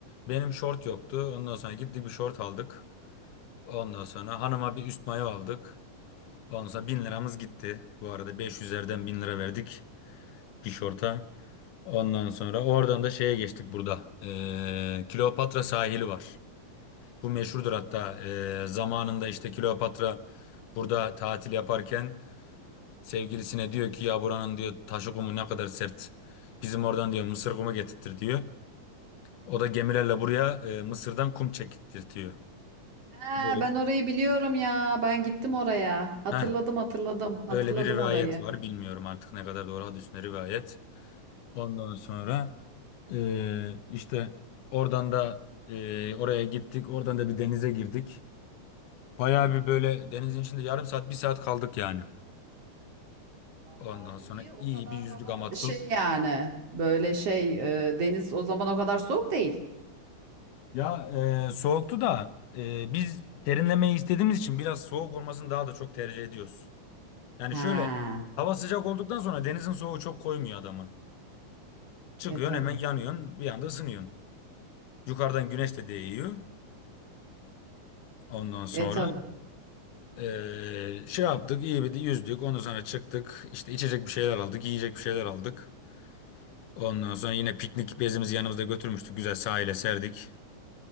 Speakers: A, on the left; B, on the right.
A: Benim şort yoktu. Ondan sonra gittik bir şort aldık. Ondan sonra hanıma bir üst mayo aldık. Ondan sonra 1000 liramız gitti. Bu arada 500'lerden 1000 lira verdik bir şorta. Ondan sonra oradan da şeye geçtik burada. Ee, Kleopatra sahili var. Bu meşhurdur hatta. Ee, zamanında işte Kleopatra burada tatil yaparken sevgilisine diyor ki ya buranın diyor taşı kumu ne kadar sert. Bizim oradan diyor mısır kumu getirtir diyor. O da gemilerle buraya e, Mısır'dan kum çektirtiyor.
B: Ha,
A: Öyle,
B: ben orayı biliyorum ya. Ben gittim oraya. Hatırladım
A: heh,
B: hatırladım. Hatırladım
A: öyle bir rivayet
B: orayı.
A: var. Bilmiyorum artık ne kadar doğru hadis ne rivayet. Ondan sonra e, işte oradan da e, oraya gittik. Oradan da bir denize girdik. Bayağı bir böyle denizin içinde yarım saat bir saat kaldık yani.
B: Vallahi
A: Ondan sonra
B: iyi o
A: iyi
B: kadar
A: bir yüzdük
B: hava
A: ama su-
B: şey yani böyle şey e, deniz o zaman o kadar soğuk değil.
A: ya e, soğuktu da e, biz serinlemeyi istediğimiz için biraz soğuk olmasını daha da çok tercih ediyoruz. Yani
B: Ha.
A: şöyle hava sıcak olduktan sonra denizin soğuğu çok koymuyor adamı. Çıkıyorsun
B: E tabi.
A: hemen yanıyorsun bir anda ısınıyorsun. Yukarıdan güneş de değiyor. Ondan sonra
B: E tabi.
A: eee, şey yaptık iyi bir de yüzdük. Ondan sonra çıktık işte içecek bir şeyler aldık yiyecek bir şeyler aldık. Ondan sonra yine piknik bezimizi yanımızda götürmüştük. Güzel sahile serdik.